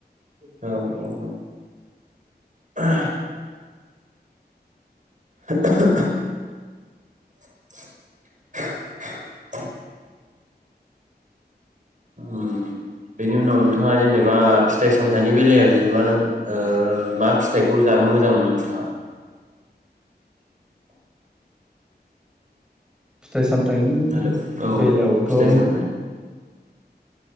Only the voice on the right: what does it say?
औ-औ-औ <unintelligible> <unintelligible> ओम बेनि उनाव नोंथाङा जेनेबा फिथाइ सामथायाइनि बेलायाव जेनेबा नों ओ मा फिथाइखौ जानो मोजां मोनो नोंथाङा?
हेलौ औ
फिथाइ सामथाइ